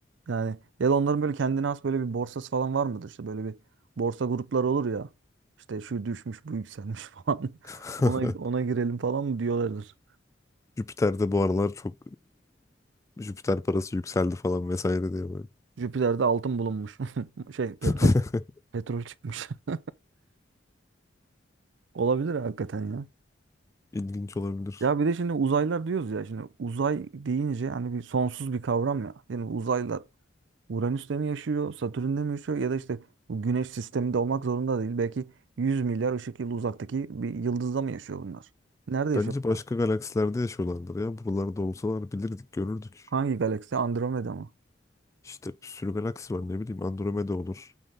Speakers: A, on the right; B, on the left.
A: Yani ya da onların böyle kendine has böyle bir borsası falan var mıdır? İşte böyle bir borsa grupları olur ya. İşte şu düşmüş, bu yükselmiş <laughs> falan.
B: <laughs>
A: Ona ona girelim falan mı diyorlardır.
B: Jüpiter'de bu aralar çok e, Jüpiter parası yükseldi falan vesaire diye böyle.
A: Jüpiter'de altın bulunmuş. <laughs> Şey petrol
B: <laughs>
A: petrol çıkmış. <laughs> Olabilir hakikaten ya.
B: İlginç olabilir.
A: Ya bir de şimdi uzaylar diyoruz ya şimdi uzay deyince hani bir sonsuz bir kavram ya. Yani uzaylar Uranüs'te mi yaşıyor, Satürn'de mi yaşıyor ya da işte bu Güneş sisteminde olmak zorunda değil. Belki 100 milyar ışık yılı uzaktaki bir yıldızda mı yaşıyor bunlar? Nerede yaşıyorlar?
B: Bence başka galaksilerde yaşıyorlardır ya. Buralarda olsalar bilirdik, görürdük.
A: Hangi galaksi? Andromeda mı?
B: İşte bir sürü galaksi var ne bileyim Andromeda olur.